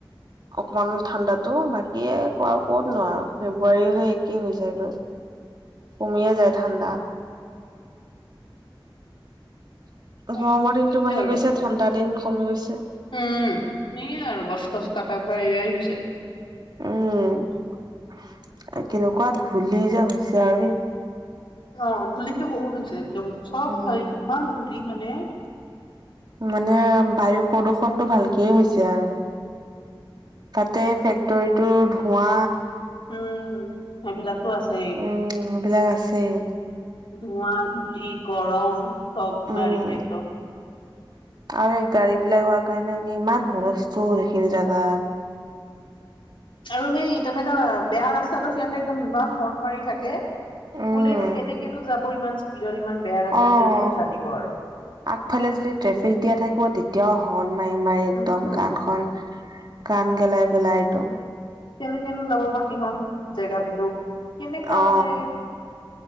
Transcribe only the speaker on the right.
অকমান ঠাণ্ডাতো বাকি এই <unintelligible> আৰু ক'তনো আৰু ফেব্ৰুৱাৰী সেই একেই হৈ যায়গে। কমিয়ে যায় ঠাণ্ডা।
গৰমৰ দিনটো
বাঢ়ি
গৈছে ঠাণ্ডা দিন কমি গৈছে।
উম আৰু কেনেকুৱা ধূলি যে হৈছে আৰু দেই।
উম।
মানে বায়ু প্ৰদূষণটো ভালকে হৈ আৰু তাতে ফেক্টৰীটো ধোঁৱা।
উম সেইবিলাক আছেই।
উম,
আৰু এই গাড়ী বিলাক হোৱা কাৰণে ইমান হুলস্থুল এইখিনি জেগাত।
উম,
অ'।
আগফালে যদি ট্ৰেফিক দিয়া থাকিব তেতিয়াও হৰ্ণ মাৰি, মাৰি একদম
কাণখন। কান গেলাই পেলাই এইটো।
অ